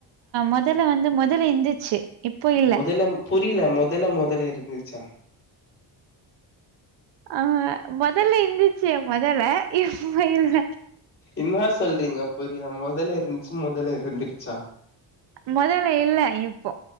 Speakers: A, on the right; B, on the left.
A: முதல்ல வந்து முதல்ல இருந்துச்சு இப்போ இல்ல
B: முதல்ல புரியல மு முதல முதல இருந்துச்சா
A: ஆஹ மோதல்ல இந்தந்துச்சு மொதல்ல இப்போ இல்ல
B: என்ன சொல்றீங்க புரியல முதல்ல இருந்து முதல்ல இருந்துடுச்சா
A: மொதல்ல இல்ல இப்போ